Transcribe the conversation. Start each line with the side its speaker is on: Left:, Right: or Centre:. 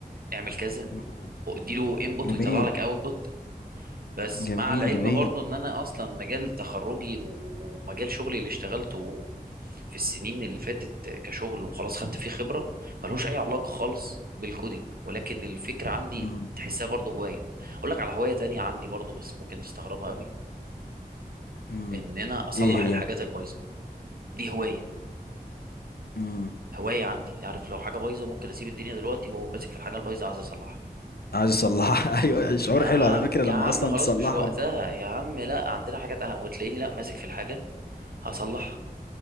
Right: اعمل كذا
Left: مم.
Right: واديله انبوت
Left: جميل
Right: ويطلع لك اوتبوت بس
Left: جميل
Right: مع العلم
Left: جميل
Right: برضو ان انا اصلا مجال تخرجي ومجال شغلي اللي اشتغلته في السنين اللي فاتت كشغل وخلاص خدت فيه خبرة ملهوش اي علاقة خالص بالكودينج ولكن الفكرة عندي
Left: مم.
Right: تحسها برضو هواية اقول لك على هواية تانية عندي برضو بس ممكن تستغربها قوي
Left: مم.
Right: ان انا اصلح
Left: ايه هي
Right: الحاجات البايظة دي هواية
Left: مم.
Right: هواية عندي عارف لو حاجة بايظة ممكن اسيب الدنيا دلوقتي واقوم ماسك في الحاجة البايظة عايز اصلحها
Left: عايز اصلحها <laughs> ايوه شعور
Right: يا عم
Left: حلو على فكرة
Right: يا
Left: لما
Right: عم
Left: اصلا
Right: خلاص
Left: تصلحه
Right: مش وقتها يا عم لا عندنا حاجات أهم. وتلاقيني لا ماسك في الحاجة هصلحها